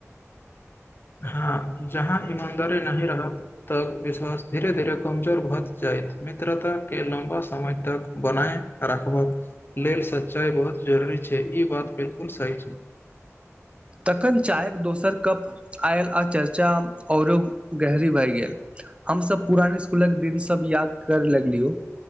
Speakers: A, on the left; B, on the right.
A: हँ जहाँ ईमानदारी नहि रहत तऽ विश्वास धीरे धीरे कमजोर भऽ जायत मित्रताके लम्बा समय तक बनाय राखबाक लेल सच्चाइ बहुत जरूरी छै ई बात बिलकुल सही छै
B: तखन चायक दोसर कप आयल आ चर्चा औरो गहरी भए गेल हमसभ पुरान इसकुलक दिन सभ याद करय लगलियौ